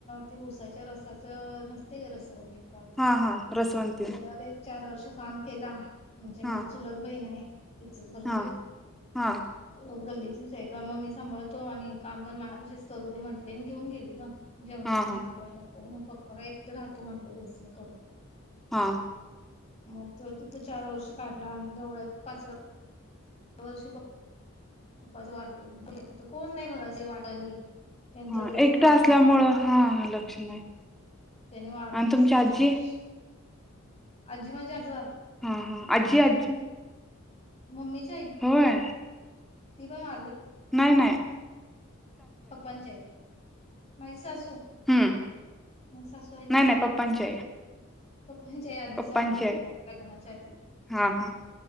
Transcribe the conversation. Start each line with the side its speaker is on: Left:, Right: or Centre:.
Left: ते ऊसाच्या रसाच नसके, का रसवंत त्याच्यावर
Centre: हा हा रसवंती
Left: एक, चार वर्ष काम केला. म्हणजे, माझी
Centre: हा हा
Left: चुलत बहीण आहे. इचलकरंजीत
Centre: हा हा
Left: <unintelligible> गल्लीत <unintelligible> मग मी सांभाळतो आणि काम पण माझ्यापाशी करु दे म्हटले, घेऊन गेली गं. जेवणाचे
Centre: हा
Left: तेन हाल व्हाय, नको. हो, ना पप्पा काय एकटे राहतो, म्हटल्या तेनच तेनी करून.
Centre: हा
Left: मग तो तिथं चार वर्ष काढला, आणि तेवढ्या पाच व ह्या वर्षी पप्पा पपाचं वारले म्हणजे, आता कोण नाही, <unintelligible> त्यांचं
Centre: हा
Left: ड्रेसचं
Centre: एकटा
Left: प्रमाण
Centre: असल्यामुळं
Left: वाढलं
Centre: हा लक्ष नाही,
Left: त्याने वारलेच
Centre: आणि तुमची
Left: पाचव्या
Centre: आजी
Left: वर्षी आजी म्हणजे, आज
Centre: हा हा अजी आजी
Left: मम्मीची आई
Centre: होय
Left: ती पण वारली.
Centre: नाय नाय
Left: पप्पांची आई माझी सासू
Centre: हम
Left: माझी सासू आहे की
Centre: नाही नाही पप्पाांची आई
Left: पप्पांची आई आधीच,
Centre: पप्पांची
Left: वारलेली
Centre: आई
Left: लग्नाच्या आधी.
Centre: हा हा